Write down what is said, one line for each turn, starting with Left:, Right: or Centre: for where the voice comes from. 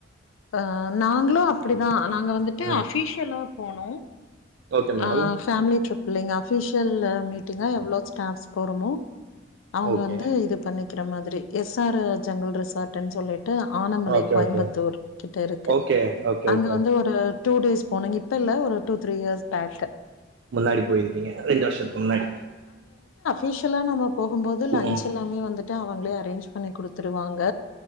Left: அஹ் நாங்களு அப்டிதான் நாங்க வந்துட்டு
Right: ம்
Left: அபிஷியலா போனு
Right: ஓகே மேடம்
Left: அ பேமிலி ட்ரிப் இல்லைங்கா அபிஷியல் மீட்டிங்கா எவ்வளோ ஸ்டாப்ஸ் போறமோ அவங்க
Right: ஓகே
Left: வந்து இது பண்ணி க்கிற மாதிரி எஸ் ஆர் ஜங்கல் ரிசார்ட்ன்னு சொல்லி ஆனமலை
Right: ஓகே
Left: கோயம்புத்தூர்
Right: ஓகே
Left: இருக்கு
Right: ஓகே ஓகே
Left: அங்க
Right: ஓகே
Left: வந்து ஒரு டூ டேஸ் போனுங்க இப்ப இல்ல ஒரு டூ த்ரீ இயர்ஸ் பேக்கு
Right: முன்னாடி போயிருக்கீங்க ரெண்டு வருஷத்துக்கு முன்னாடி
Left: யுஷ்லா நம்ம போகும்போது லன்ச்
Right: ம்
Left: எல்லாமே வந்துட்டு அவங்களே அரேஞ்ச் பண்ணி கொடுத்துருவாங்க